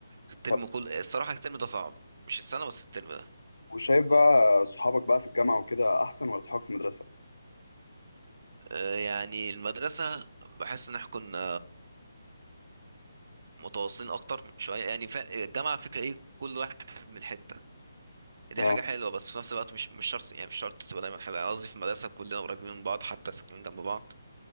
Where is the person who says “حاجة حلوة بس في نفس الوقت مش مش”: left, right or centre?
Right